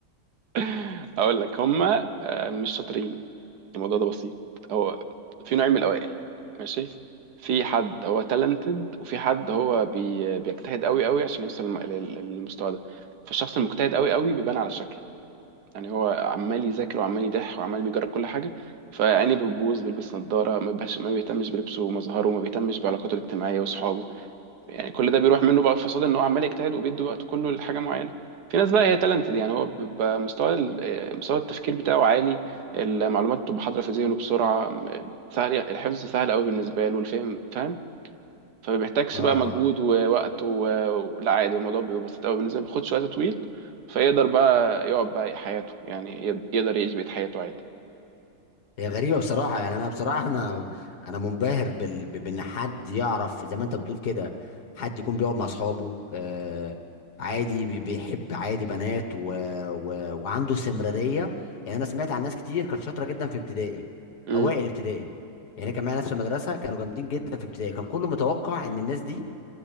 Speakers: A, on the right (about 80°); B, on the left (about 80°).
A: <laughs> اقول لك هما آه، مش شاطرين الموضوع ده بسيط هو في نوعين من الاوائل ماشي في حد هو تالنتد وفي حد هو بي... بيجتهد قوي قوي عشان يوصل للم- لل- للمستوى ده فالشخص المجتهد قوي قوي بيبان على شكله يعني هو عمال يذاكر وعمال يضح وعمال بيجرب كل حاجه فعيني بتبوظ بيلبس نظاره ما بيبهاش- ما بيهتمش بلبسه ومظهره وما بيهتمش بعلاقاته الاجتماعيه واصحابه يعني كل ده بيروح منه بقى في فساد ان هو عمال يجتهد وبيدي وقته كله لحاجه معينه في ناس بقى هي تالنتد يعني هو بيبقى مستوى ال- آه، مستوى التفكير بتاعه عالي المعلومات بتبقى حاضره في ذهنه بسرعه سهل يعني، الحفظ سهل قوي بالنسبه له والفهم فاهم فما بيحتاجش
B: اه
A: بقى مجهود ووقت و... و- لا عادي الموضوع بيبقى بسيط قوي بالنسبه له ما بياخدش وقت طويل فيقدر بقى يقعد بقى حياته يعني يقد- يقدر يعيش بقية حياته عادي
B: هي غريبة بصراحة يعني أنا بصراحة أنا أنا منبهر بال... ب- بإن حد يعرف زي ما أنت بتقول كده حد يكون بيقعد مع أصحابه آه عادي بي- بيحب عادي بنات و... و... وعنده استمرارية يعني أنا سمعت عن ناس كتير كانت شاطرة جدا في ابتدائي
A: امم
B: أوائل ابتدائي يعني كان معايا ناس في المدرسة كانوا جامدين جدا في ابتدائي كان كله متوقع إن الناس دي